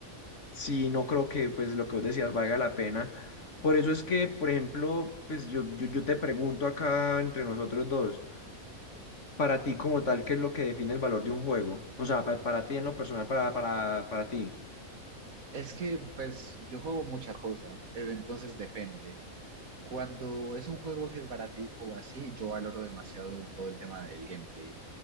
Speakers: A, on the left (about 60°); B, on the right (about 80°).
A: sí no creo que pues lo que vos decías valga la pena. Por eso es que, por ejemplo, pues yo, yo, yo te pregunto acá entre nosotros dos. Para ti como tal, ¿qué es lo que define el valor de un juego? O sea, pa- para, ti en lo personal, para, para, para ti.
B: Es que pues yo juego mucha cosa, eh, entonces depende. Cuando es un juego que es baratico o así, yo valoro demasiado el- todo el tema del gameplay,